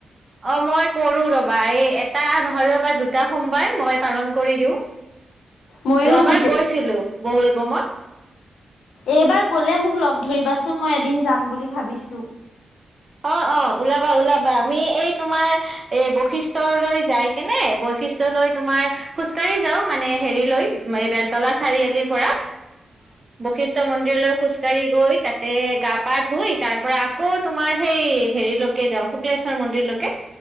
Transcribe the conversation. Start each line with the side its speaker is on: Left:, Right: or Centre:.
Right: অ মই কৰো ৰবা এই এটা নহলো বা দুটা সোমবাৰ মই পালন কৰি দিওঁ
Left: ময়ো
Right: যোৱাবাৰ
Left: গোটেই
Right: গৈছিলো বল বমত
Left: এইবাৰ গ'লে মোক লগ ধৰিবাচোন মই এদিন যাম বুলি ভাবিছো
Right: অ অ ওলাবা ওলাবা আমি এই তোমাৰ এই বৈশিষ্টয়লৈ যাই কেনে বৈশিষ্ট্য লৈ তোমাৰ খোজকাঢ়ি যাও মানে হেৰি লৈ বেলতলা চাৰিআলিৰ পৰা বৈশিষ্ট্য মন্দিৰলৈ খোজকাঢ়ি গৈ তাতে গা পা ধুই তাৰ পৰা আকৌ তোমাৰ সেই হেৰিলৈকে যাও শুক্লেশ্বৰ মন্দিৰলৈকে